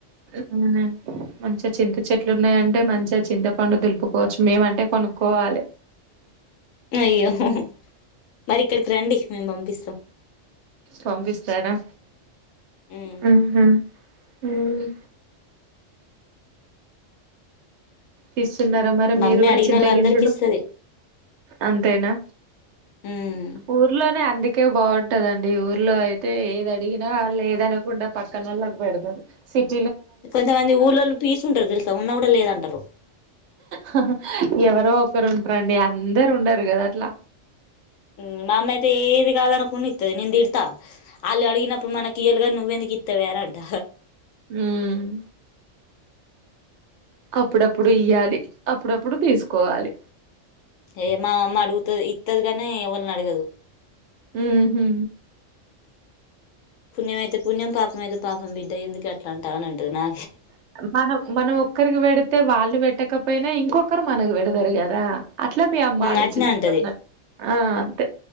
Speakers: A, on the right; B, on the left.
A: క్ ఉ మంచిగ చింత చెట్లు ఉన్నాయంటే మంచిగా చింతపండు దులుపుకోవచ్చు మేమంటే కొనుక్కోవాలి
B: అయ్యో హ్హ్ హో మరి ఇక్కడికి రండి మేము పంపిస్తం
A: పంపిస్తారా
B: ఉమ్
A: ఉహు ఊ తీస్తున్నరా మరి మీరు
B: మమ్మీ
A: గూడా
B: అడిగిన
A: చింత
B: వాళ్ళ
A: గింజలు
B: అందరికి ఇస్తది
A: అంతేనా
B: ఉమ్
A: ఊర్లోనే అంది కే బాగుంటందండి ఊర్లో అయితే ఏది అడిగినా వాళ్ళు లేదనకుండా పక్కనళ్ళకి పెడతరు సిట్
B: కొంతమంది ఊళ్ళోళ్ళు పీసుంటరు తెలుసా ఉన్న గూడా లేదంటరు
A: హొ ఎవరో ఒకరు ఉంటరండి అందరు ఉండరు గదా అట్లా
B: మ్ మామ్మయితే ఏదిగాదన కుని ఇత్తది నేన్ తిడతా ఆళ్ళు అడిగినప్పుడు మనకియలుగని నువ్వెందుకు ఇత్తవే అంట
A: ఉమ్ అప్పుడప్పుడు ఇయ్యాలి అప్పుడప్పుడు తీసుకోవాలి
B: ఏ మా అమ్మ అడుగుతది ఇత్తది గనే ఎవళని అడగదు
A: ఉహు
B: పుణ్యమ అయితే పుణ్యం పాపం అయితే పాపం బిడ్డ ఎందుకు అట్లా అంటా అని అంటది నా
A: మనం మనం ఒక్కరికి పెడితే వాళ్ళు పెట్టకపోయినా ఇంకొ కరు మనకు పెడతరు గదా అట్లా మీ అమ్మ ఆలోచిస్త
B: అట్నే అంటది
A: అన్నట్ ఆ అంతే